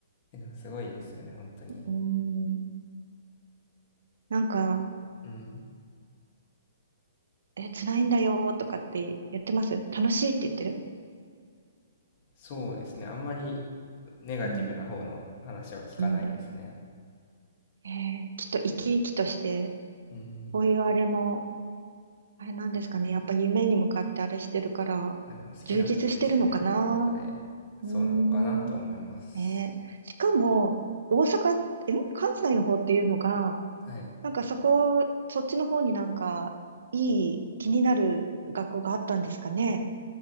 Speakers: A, on the left; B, on the right.
A: えでもすごいですよね、本当に。
B: うん。なんか、
A: うん。
B: え、辛いんだよとかって言ってます楽しいって言ってる
A: そうですね。あんまりネガティブな方の話は聞かないですね。
B: うん。うん。えー、きっと生き生きとして、
A: うん。
B: こういうあれも、あれなんですかね。やっぱ夢に向かってあれしてるから、
A: まあ、でも好きなことできてるっていうことで、
B: 充実してるのかな。
A: そうなのかなと思います。
B: うーん。ねえ。しかも、大阪、え、関西の方っていうのが、
A: はい。
B: なんかそこ、そっちの方になんか、いい、気になる学校があったんですかね。